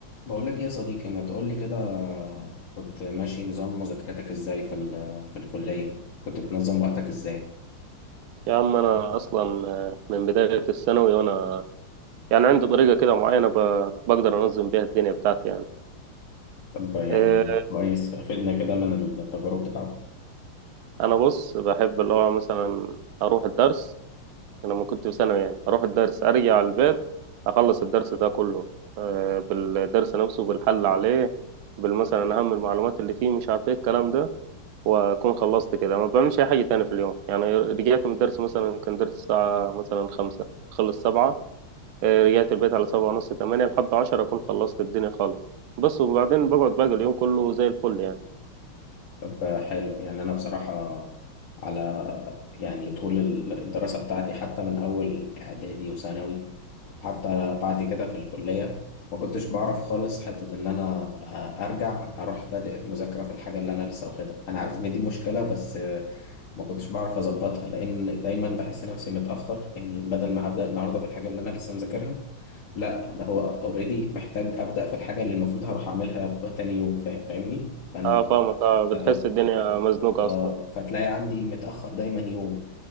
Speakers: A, on the left; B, on the right.
A: بقول لك ايه يا صديقي ما تقول لي كده كنت ماشي نظام مذاكرتك ازاي في ال- في الكلية كنت بتنظم وقتك ازاي
B: يا عم انا اصلا آه، من بدايه الثانوي وانا يعني عندي طريقه كده معينه ب- بقدر انظم بيها الدنيا بتاعتي يعني
A: طب يعني
B: آه،
A: كويس فدنا كده من التجارب بتاعتك
B: انا بص بحب اللي هو مثلا اروح الدرس أنا لما كنت في ثانوي يعني اروح الدرس ارجع على البيت اخلص الدرس ده كله آه، بالدرس نفسه بالحل عليه بالمثلا اهم المعلومات اللي فيه مش عارف ايه الكلام ده واكون خلصت كده ما بعملش اي حاجه تاني في اليوم يعني رجعت من الدرس مثلا كان درس الساعه مثلا خمسة خلص سبعة آه، رجعت البيت على سبعة ونص تمانية لحد عشرة أكون خلصت الدنيا خالص بس وبعدين بقعد باقي اليوم كله زي الفل يعني
A: طب حلو يعني انا بصراحة على يعني طول الدراسة بتاعتي حتى من اول اعدادي وثانوي حتى بعد كده في الكلية ما كنتش بعرف خالص حتة ان انا ارجع اروح بادئ مذاكرة في الحاجة اللي انا لسه واخدها انا عارف ان دي مشكلة بس ما كنتش بعرف اظبطها لان دايما بحس نفسي متاخر يعني بدل ما هبدا النهارده في الحاجه اللي انا لسه مذاكرها لا ده هو اوريدي محتاج ابدا في الحاجه اللي المفروض هروح اعملها تاني يوم فا- فاهمني فانا
B: اه فاهمك اه بتحس
A: فت-
B: الدنيا مزنوقة
A: اه
B: أصلا
A: فتلاقي عندي متاخر دايما يوم